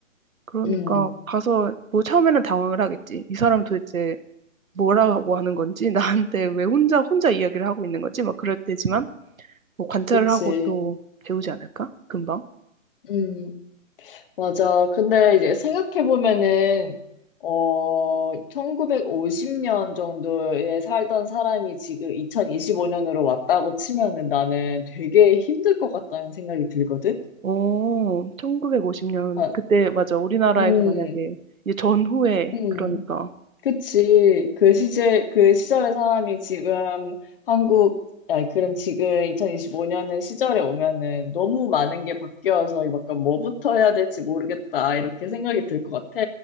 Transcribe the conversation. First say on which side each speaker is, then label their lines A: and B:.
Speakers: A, on the right; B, on the left.
A: 그러니까
B: 음.
A: 가서 뭐 처음에는 당황을 하겠지. 이 사람 도대체 뭐라고 하는 건지, <laughs> 나한테 왜 혼자, 혼자 이야기를 하고 있는 건지, 막 그럴 때지만, 뭐 관찰을
B: 그치.
A: 하고 또 배우지 않을까? 금방.
B: 음. 맞아. 근데 이제 생각해보면은, 어, 1950년 정도에 살던 사람이 지금 2025년으로 왔다고 치면은 나는 되게 힘들 것 같다는 생각이 들거든?
A: 오, 1950년.
B: 아,
A: 그때, 맞아. 우리나라에서
B: 음,
A: 만약에, 이제 전후에,
B: 음.
A: 그러니까.
B: 그치. 그 시제, 그 시절의 사람이 지금 한국, 아, 니 그럼 지금 2025년의 시절에 오면은 너무 많은 게 바뀌어서 약간 뭐부터 해야 될지 모르겠다. 이렇게 생각이 들 것 같아.